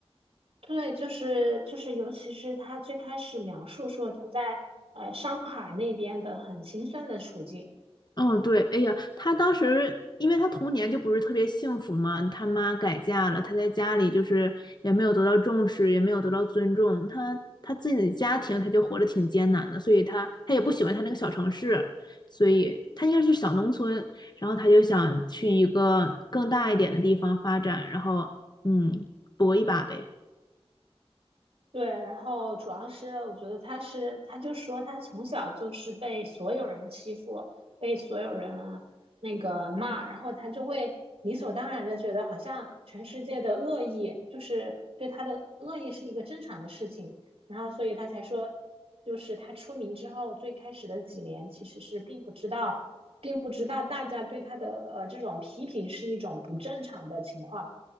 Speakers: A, on the right; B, on the left.
A: 对，就是就是，尤其是她最开始描述说她在呃上海那边的很心酸的处境。
B: 哦，对，哎呀，他当时因为他童年就不是特别幸福嘛，他妈改嫁了，他在家里就是也没有得到重视，也没有得到尊重，他他自己的家庭他就活得挺艰难的，所以他他也不喜欢他那个小城市，所以他应该是小农村，然后他就想去一个更大一点的地方发展，然后嗯，搏一把呗。
A: 对，然后主要是我觉得他是，他就说他从小就是被所有人欺负，被所有人那个骂，然后他就会理所当然的觉得好像全世界的恶意就是对他的恶意是一个正常的事情，然后所以他才说，就是他出名之后最开始的几年其实是并不知道，并不知道大家对他的呃这种批评是一种不正常的情况。